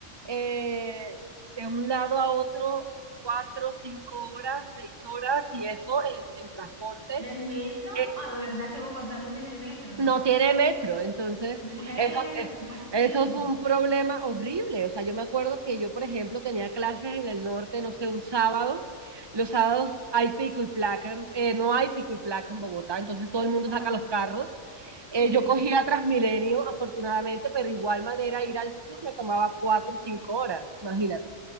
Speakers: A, on the right; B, on the right.
A: eh, de un lado a otro cuatro, cinco horas, seis horas y eso en, en transporte.
B: ¿El metro?
A: eh,
B: Ah, de verdad que Bogotá no tiene metro, ¿no?
A: no tiene metro, entonces
B: Mujer,
A: eso, eh,
B: ¿cómo así?
A: eso es un problema horrible. O sea, yo me acuerdo que yo, por ejemplo, tenía clases en el norte, no sé, un sábado. Los sábados hay pico y placa, en- eh, no hay pico y placa en Bogotá, entonces todo el mundo
B: Ajá.
A: saca los carros
B: Sí.
A: eh, yo cogía Transmilenio, afortunadamente, pero de igual manera ir al sur me tomaba cuatro o cinco horas, imagínate.